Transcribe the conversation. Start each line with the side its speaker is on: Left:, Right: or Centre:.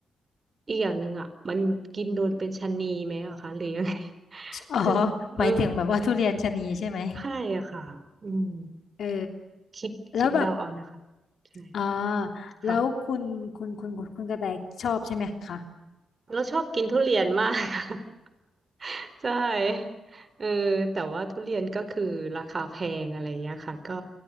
Right: อีกอย่างหนึ่งอ่ะมันกินโดนเป็นชะนีไหมอะคะหรือยังไง <laughs>
Left: อ๋อ
Right: คือเออ
Left: หมายถึงแบบว่าทุเรียนชะนีใช่ไหม
Right: ใช่อะค่ะอืม
Left: เออ
Right: คิดคิดเดาเอานะคะ
Left: แล้วแบบ
Right: ใช่
Left: อ่า
Right: ค่ะ
Left: แล้วคุณคุณคุณคุณกระแตชอบใช่ไหมคะ
Right: เราชอบกินทุเรียนมากค่ะ <laughs> ใช่เออแต่ว่าทุเรียนก็คือราคาแพงอะไรเงี้ยค่ะก็